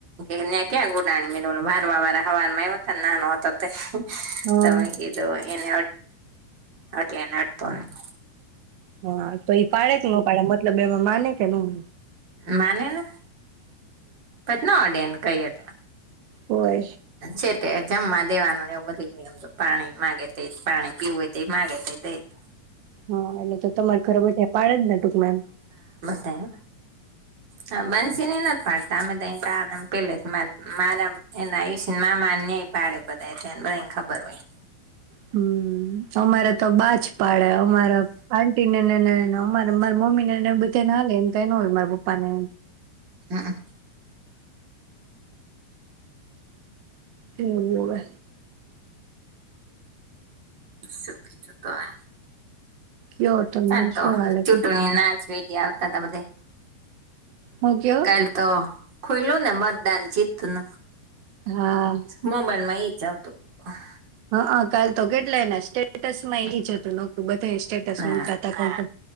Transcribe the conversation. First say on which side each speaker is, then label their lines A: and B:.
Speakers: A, on the right; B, on the right.
A: એને ક્યાં ઉડાણી <unintelligible> વારવા વારા હવારમાં આયવા તા ને, નાનો હતો તે
B: હા.
A: તમે કીધું એને એટલે એનેટતો નહી
B: હા તો એઈ પાડે કે ન પાડે મતલબ એમાં મને કેનું
A: માનેને કેત ન અડે એને કયટ
B: હોય.
A: સેટેડ જમવા દેવાનુંને એવું બધુંય હોય એમ તો પાણી માગે તે પાણી પીવું હોય તે માગે તે દેય
B: હા એટલે તો તમારે ઘરે બધા પાડે જ ને ટૂંકમાંમ
A: બો હ બંસીની ન નદ પા સામે તો બહાર નામ પેલે મા મારા એના આયુષ્યને મામાને ય પાડે બધાને બધા ખબર હોય
B: હમ્મ, અમારે તો બાજ પાડે અમારા આંટી ને ને ને અમારે મારી મમ્મી ને બધા ના લે એમ કઈ ન હોય મારા પપ્પા ને
A: હા
B: એવુંવે
A: સુખી ચકા
B: કયો તમને
A: ચાલતો
B: શું હાલે
A: ચૂંટણી
B: છે
A: ના ઈડ્યા આવતા હતા બધે
B: હું કયો
A: કાલ‌ તો ખોલ્યું ને મતદાન જીતતનું
B: હા
A: મોબાઈલમાં ઈ જતો હત
B: હા કાલ તો કેટલાયને સ્ટેટસ માં એની જતું નોકું બ ટ
A: હા